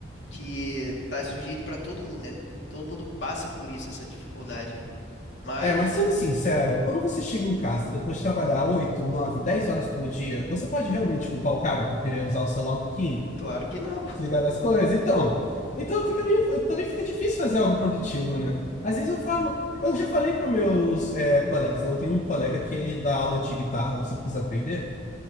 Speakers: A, on the left; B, on the left.
A: que tá sujeito para todo mundo, né? Todo mundo passa por isso, essa dificuldade. aí. Mas,
B: É, mas sendo sincero, quando você chega em casa depois de trabalhar 8 9 10 horas por dia, você pode realmente culpar o cara por querer usar o celular um pouquinho,
A: claro que não. pô.
B: desligar das coisas? Então, então fica meio, também fica difícil fazer algo produtivo, né? Às vezes eu falo, eu já falei para meus é, colegas, né? Eu tenho um colega que ele dá aula de guitarra, eu sempre quis aprender.